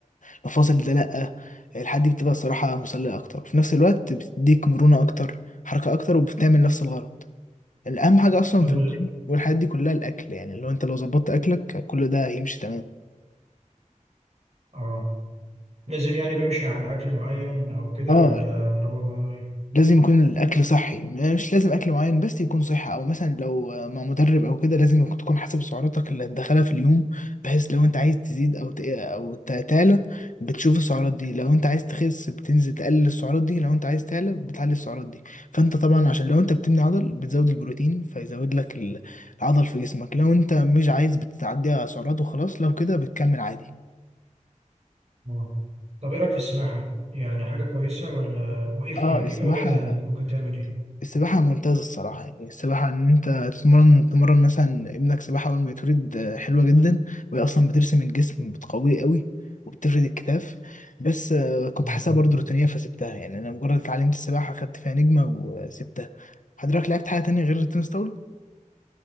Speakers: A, on the left; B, on the right.
A: المفاصل ده لا الحاجات دي بتبقى الصراحة مسلية اكتر وفي نفس الوقت بتديك مرونة اكتر حركة اكتر وبتعمل نفس الغرض الأهم حاجة أصلا
B: طب
A: في الجيم
B: و-
A: والحاجات دي كلها الأكل يعني لو أنت لو ظبطت أكلك كل ده هيمشي تمام
B: اه لازم يعني بمشي على أكل معين أو كده
A: اه
B: ولا ولا هو الموضوع ايه
A: لازم يكون الأكل صحي م- مش لازم أكل معين بس يكون صحي أو مثلا لو آه، مع مدرب أو كده لازم يكون- تكون حاسب سعراتك اللي هتدخلها في اليوم بحيث لو أنت عايز تزيد أو ت- أو ت- تعلى بتشوف السعرات دي لو أنت عايز تخس بتنزل تقلل السعرات دي لو أنت عايز تعلى بتعلي السعرات دي فأنت طبعا عشان لو أنت بتبني عضل بتزود البروتين فيزود لك ال- العضل في جسمك لو أنت مش عايز بتعدي على سعرات وخلاص لو كده بتكمل عادي
B: اه طب ايه رأيك في السباحة يعني حاجة كويسة ولا وايه
A: اه
B: يعني
A: السباحة
B: ايه فوائدها يعني ممكن تعمل ايه
A: السباحة ممتازة الصراحة يعني السباحة إن أنت تتمرن تمرن مثلا ابنك سباحة أول ما يتولد آه، حلوة جدا وهي أصلا بترسم الجسم بتقويه قوي وبتفرد الكتاف بس آه، كنت
B: اه
A: حاسسها برضه روتينية فسبتها يعني أنا مجرد اتعلمت السباحة خدت فيها نجمة وسبتها حضرتك لعبت حاجة تانية غير التنس طاولة؟